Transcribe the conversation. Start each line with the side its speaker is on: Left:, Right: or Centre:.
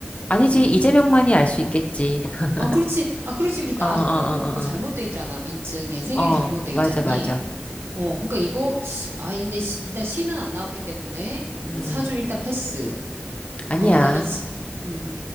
Left: 아니지,
Right: 음.
Left: 이재명만이 알 수 있겠지. <laughs>
Right: 아, 그렇지. 아, 그렇지. 그래. 나도
Left: 어, 어,
Right: 그거 잘못돼
Left: 어,
Right: 있잖아. 민증에 생일이
Left: 어, 어.
Right: 잘못돼
Left: 어, 맞아,
Right: 있잖니.
Left: 맞아.
Right: 어, 그러니까 이거, 아, 근데 시- 일단 시는 안 나왔기 때문에, 어,
Left: 음,
Right: 사주 일단 패스.
Left: 아니야.
Right: 어, 그다음에, 지, 음,